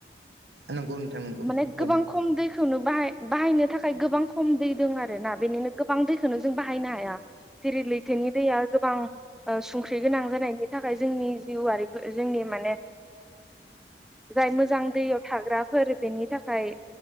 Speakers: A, on the right; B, in the centre.
A: नंगौ नोंथां नंगौ
B: माने
A: बुं
B: गोबां खम दै खौनो बाहायनो थाखाय गोबां खम दै दं आरो ना बेनिनो गोबां दै जों बाहायनो हाया जेरै लैथोनि दैया गोबां संख्रि गोनां जानायनि थाखाय जोंनि जिउआरिफोर जोंनि माने जाय मोजां दैयाव थाग्राफोर बेनि थाखाय